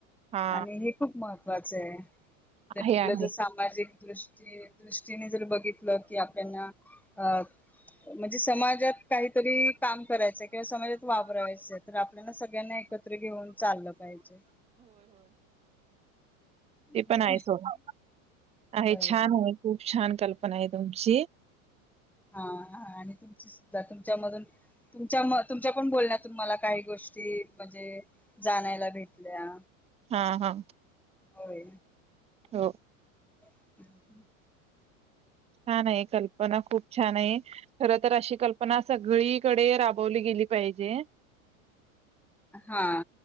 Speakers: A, on the right; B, in the centre.
A: हा
B: आणि हे खूप महत्व त्वाचाय.
A: आहे आहे.
B: आपलं ज सामाजिक दृष्टी दृष्टीने जर बघितलं की आपल्याना अ म्हणजे समाज <unintelligible> काहीतरी काम करायचं किंवा समाजात वाबरायचं तर, आपल्याला सगळ्यांना एकत्र घेऊन चाललं पाहिजे. होय
A: तेपण आहे सोडा आहे
B: होय
A: छान हाय खुप छान कल्पना हाय तुमची
B: हा हा आणि तुमची सुद्धा तुमच्यामधून तुमच्या म तुमच्या पण बोलण्यातून मला काही गोष्टी म्हणजे जानायला भेटल्या.
A: हा हा.
B: होय.
A: हो.
B: <inaudible>
A: छान आहे. कल्पना खूप छान आहे. खर तर अशी कल्पना सगळीकडे राबवली गेली पाहिजे.
B: हा.